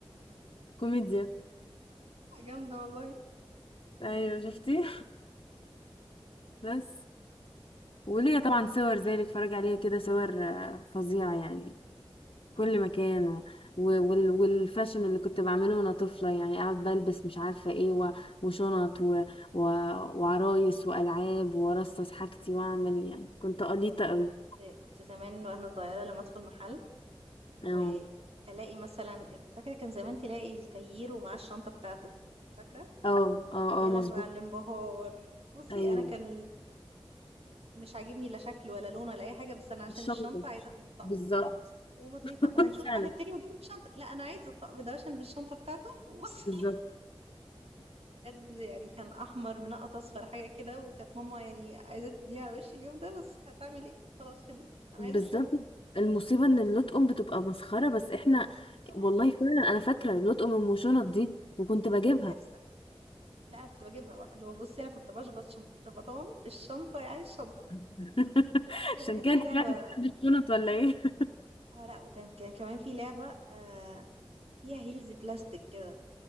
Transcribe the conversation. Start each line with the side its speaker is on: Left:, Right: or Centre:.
Left: <laughs> كوميديا
Right: جامدة والله انا
Left: ايوه شفتي بس وليا طبعا صور زي اللي بتفرج عليها كده صور آه، فظيعة يعني في كل مكان و... و... وال... والفاشن اللي كنت بعمله وانا طفلة يعني اقعد بلبس مش عارفة ايه و... وشنط و... و... وعرايس والعاب وارصص حاجتي واعمل يعني كنت قليطة قوي
Right: كنت كنت زمان وانا صغيرة لما ادخل محل
Left: اه
Right: والاقي مثلا فاكرة كان زمان تلاقي التاير ومعاه الشنطة بتاعته فاكرة
Left: اه اه
Right: يا
Left: اه
Right: لهوي
Left: مظبوط
Right: على الانبهار بصي
Left: ايوه
Right: انا كان مش عاجبني لا شكل ولا لون ولا اي حاجة بس انا عشان
Left: الشنطة
Right: الشنطة عايزة اخد الطقم
Left: بالظبط
Right: ده وماما تقولي
Left: <laughs>
Right: طب هنشوف
Left: فعلا
Right: واحد تاني واجيب لك شنطة لا انا عايزة الطقم ده عشان بالشنطة بتاعته وبصي
Left: بالظبط
Right: بجد يعني كان احمر منقط اصفر حاجه كده وكانت ماما يعني عايزه تديني على وشي اليوم ده بس هتعمل ايه خلاص شبعت انا
Left: بالذات
Right: عايزه الشنطه
Left: المصيبة ان اللطقم بتبقى مسخرة بس احنا
Right: آه،
Left: والله فعلا انا فاكرة اللطقم ام شنط دي وكنت بجيبها
Right: كنت كارثه لا انا كنت بجيبها بقى اللي هو بصي انا كنت بشبط شب- شبطان الشنطه يعني الشنطه
Left: <laughs>
Right: كنت بحب
Left: عشان
Right: كانت
Left: كده
Right: في
Left: انت
Right: لعبه
Left: طلعت بتحب الشنط ولا ايه <laughs>
Right: اه لا وكان كان كمان في لعبه آه فيها هيلز بلاستيك كده